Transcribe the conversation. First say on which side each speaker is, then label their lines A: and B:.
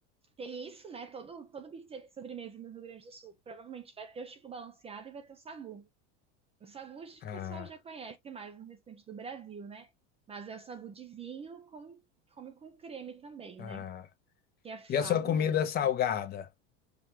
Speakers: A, on the right (about 20°); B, on the left (about 30°).
A: tem isso, né? Todo, todo buffet de sobremesa no Rio Grande do Sul provavelmente vai ter o Chico Balanceado e vai ter o Sagu. O sagu o
B: Ah,
A: pessoal já conhece mais no restante do Brasil, né? Mas é o sagu de vinho, com, come com creme também,
B: ah.
A: né? Que é fabuloso.
B: E a sua comida salgada?